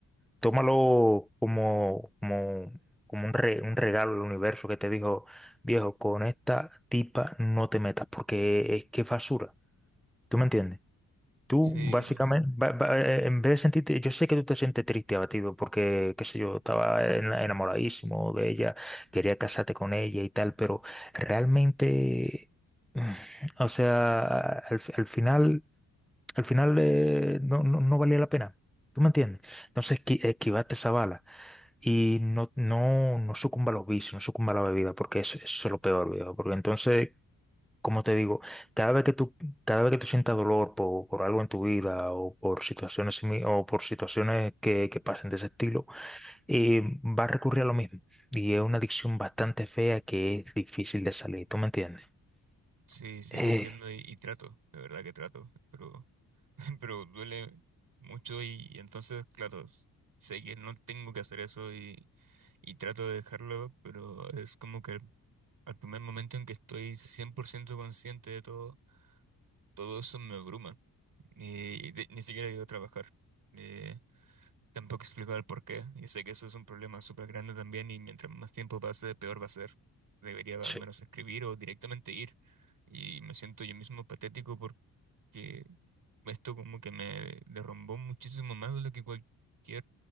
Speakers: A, in the centre; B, on the right.
A: tómalo como, como, como un, re- un regalo del universo que te dijo, viejo, con esta tipa no te metas, porque es que es basura. ¿Tú me entiendes? Tú
B: Sí,
A: básicamente, ba- ba- eh, en vez de sentirte, yo sé que tú te sientes triste, abatido, porque, qué sé yo, estaba en- enamoradísimo de ella, quería casarte con ella y tal, pero realmente, <sighs> mm, o sea, al, fi- al final, al final eh, no, no, no valía la pena. ¿Tú me entiendes? Entonces, esqui- esquivaste esa bala y no, no, no sucumba a los vicios, no sucumba a la bebida, porque eso, eso es lo peor, viejo. Porque entonces, como te digo, cada vez que tú, cada vez que tú sientas dolor por, por algo en tu vida o por situaciones, simi- o por situaciones que, que pasen de ese estilo, eh, va a recurrir a lo mismo. Y es una adicción bastante fea que es difícil de salir, ¿tú me entiendes?
B: sí, sí
A: Eh,
B: te entiendo y, y trato, de verdad que trato, pero, <laughs> pero duele mucho y, y entonces, claro, sé que no tengo que hacer eso y, y trato de dejarlo, pero es como que al primer momento en que estoy 100% consciente de todo, todo eso me abruma Eh, y de- ni siquiera llego a trabajar. Eh, Tampoco explico el por qué, y sé que eso es un problema súper grande también, y mientras más tiempo pase, peor va a ser. Debería
A: sí.
B: al menos escribir o directamente ir, y me siento yo mismo patético porque esto como que me derrumbó muchísimo más de lo que cualquier